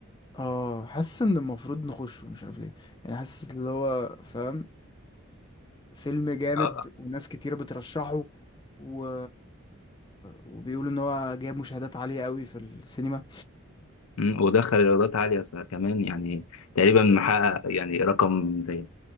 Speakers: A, on the left; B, on the left.
A: اه حاسس ان المفروض نخشه مش عارف ليه يعني حاسس اللي هو فاهم فيلم جامد
B: اه
A: وناس كتيرة بترشحه و... وبيقولوا ان هو جايب مشاهدات عالية قوي في السينما
B: أمم، ودخل ايرادات عاليه ص- كمان يعني تقريبا محقق يعني رقم زي